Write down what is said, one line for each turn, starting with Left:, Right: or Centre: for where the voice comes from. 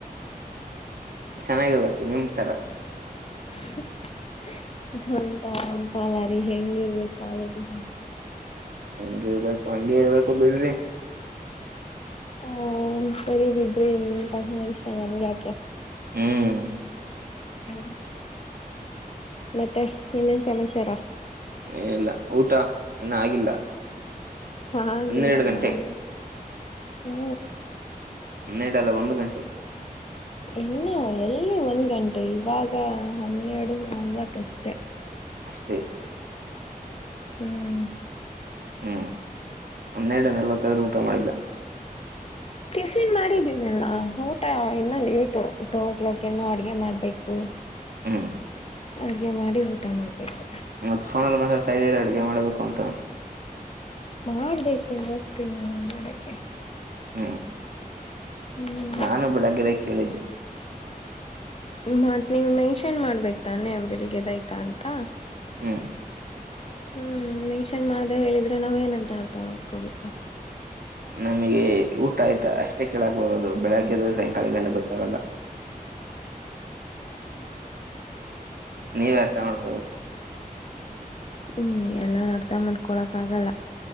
Right: ಚೆನ್ನಾಗಿರ್ಬೇಕು ನಿಮ ತರ
Left: <inaudible> ಹಂತ ಅಂತ ಅಲ್ಲಾರಿ ಹೆಂಗಿರ್ಬೇಕು ಕ್ವಾಲಿಟೀಸ್ ಅಂತ
Right: ಹೆಂಗ ಇರ್ಬೇಕು ಹಂಗಗೆ ಇರ್ಬೇಕು ಬಿಡ್ರಿ
Left: ಹ್ಮ ಸರಿ ಬಿಡ್ ವಿಷ ನಮ ಯಾಕ
Right: ಹ್ಮ್
Left: ಹ್ಮ ಮತ್ತೆ ಇನ್ನೇನ್ ಸಮಾಚಾರ
Right: ಇಏ ಇಲ್ಲ ಊಟ ಇನ್ನ ಆಗಿಲ್ಲ
Left: ಆಗಿಲ್ಲ
Right: ಹನ್ನೆರಡು ಗಂಟೆ
Left: ಮಾಡಬೇಕು
Right: ಅನ್ನೆರ್ದಲ್ಲ ಒಂದು ಗಂಟೆ
Left: ಇನ್ನು ಎಲ್ಲಿ ಒಂದ್ ಗಂಟೆ ಇವಾಗ ಹನ್ನೆರಡು ನಲ್ವತ್ತಷ್ಟೆ
Right: ಅಷ್ಟೇ
Left: ಹ್ಮ್
Right: ಹ್ಮ್ ನನ್ನೆರಡ ನಲ್ವತ್ತಾದ್ರೂ ಊಟ ಮಾಡಿಲ್ಲ
Left: ಟಿಪಿನ್ ಮಾಡಿದ್ದೀನಲ್ಲ ಊಟ ಇನ್ನ ಲೇಟು ಊಟ ಓ ಕ್ಲಾಕ್ ನೋ ಅಡಗೆ ಮಾಡ್ಬೇಕು
Right: ಹಾ
Left: ಅಡ್ಗೆ ಮಾಡಿ ಊಟ ಮಾಡ್ಬೇಕು
Right: ಮತ್ತತ್ ಫೋನಲ್ಲ ಮಾತಾಡ್ತಾ ಇದ್ದೀರ ಅಡ್ಗೆ ಮಾಡ್ಬೇಕು ಅಂತ
Left: ಮಾಡ್ಬೇಕು ಹೋಗ್ತೀನ ನು ಮಾಡಕ್ಕೆ
Right: ಹ್ಮ
Left: ಹ್ಮ್
Right: ನಾನುಬ್ ಬೆಳಗ್ಗೆದ ಕೇಳಿದ್ದು
Left: ಮತ್ ನೀವ್ ಮೆನ್ಷನ್ ಮಾಡ್ಬೇಕೇ ತಾನೆ ಬೆಳಿಗ್ಗೆದಯ್ತಾ ಅಂತ
Right: ಹ್ಮ್
Left: ಹ್ಮ್ ಮೆನ್ಷನ್ ಮಾಡ್ದ ಹೇಳಿದ್ರೆ ನಾವ್ ಏನಂತ ಅರ್ಥ ಮಾಡ್ಕೋಬೇಕು
Right: ನಮಗೆ ಊಟ ಆಯ್ತಾ ಅಷ್ಟೇ ಕೇಳಳಕ್ ಬರೋದು ಬೆಳಗ್ಗೆದ ಸಾಯಂಕಾಲದೆ ಎಲ್ಲ ಗೊತ್ತಾಗಲ್ಲ
Left: ಹ
Right: ನೀವ್ ಅರ್ಥ ಮಾಡ್ಕೋಬೇಕು
Left: ಹ್ಮ್ ಎಲ್ಲಾ ನಡ್ತಾ ಮಾಡ್ಕೊಳಕ್ ಆಗಲ್ಲ